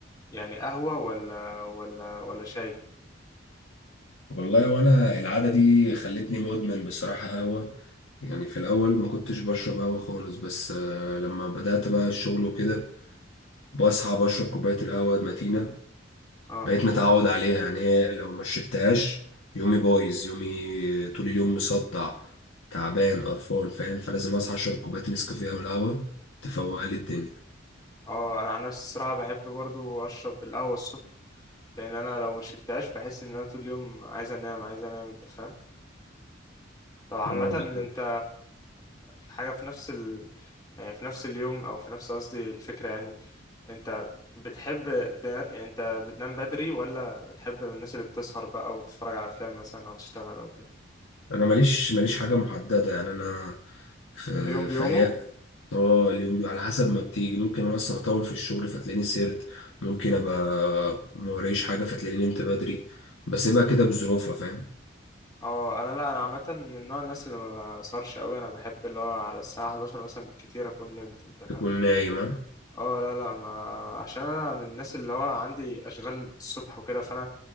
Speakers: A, on the left; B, on the left.
A: يعني قهوه ولا ولا ولا شاي
B: والله وانا العاده دي خلتني مدمن بصراحه قهوه يعني في الاول ما كنتش بشرب قهوه خالص بس آه، لما بدات بقى الشغل وكده بصحى بشرب كوبايه القهوه المتينه
A: اه
B: بقيت متعود عليها يعني هي لو ما شربتهاش يومي بايظ يومي طول اليوم مصدع تعبان قرفان فاهم فلازم اصحى اشرب كوبايه نسكافيه او القهوه تفوق لي الدنيا
A: اه انا عن نفسي الصراحه بحب برضو اشرب القهوه الصبح لان انا لو ما شربتهاش بحس ان انا طول اليوم عايز انام عايز انام انت فاهم طب عامه
B: اه بالظبط
A: انت في حاجه في نفس ال... يعني في نفس اليوم او في نفس قصدي الفكره يعني انت بتحب ت... انت بتنام بدري ولا بتحب من الناس اللي بتسهر بقى وتتفرج على افلام مثلا او تشتغل او كده
B: انا ماليش ماليش حاجه محدده يعني انا في
A: اليوم بيومه
B: في ايام اه اليوم بي- على حسب ما بتيجي ممكن انا اصلا اطول في الشغل فتلاقيني سهرت ممكن ابقى ما ورايش حاجه فتلاقيني نمت بدري بسيبها كده بظروفها فاهم
A: اه انا لا انا عامه من نوع الناس اللي ما بسهرش قوي انا بحب اللي هو على الساعه 11 مثلا بالكتير اكون نمت انت فاهم
B: تكون نايمه
A: اه لا لا ما عشان انا من الناس اللي هو عندي اشغال الصبح وكده فانا